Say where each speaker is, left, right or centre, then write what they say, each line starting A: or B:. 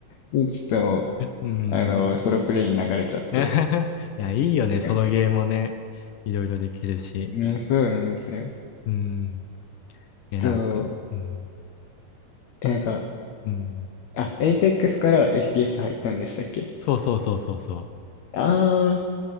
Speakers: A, on the left (about 60°); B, on the left (about 75°).
A: 打つともう、
B: うん。
A: あの、ソロプレイに流れちゃって、
B: <laughs>
A: っ
B: いや、いいよね、
A: て感じ。
B: ソロゲーもね。いろいろできるし。
A: ね、そうなんですよ。
B: うん。え、なんか、
A: と、
B: うん。
A: え、なんか、
B: うん。
A: あ、エイペックスから FPS 入ったんでしたっけ
B: そうそうそうそうそう。
A: あー、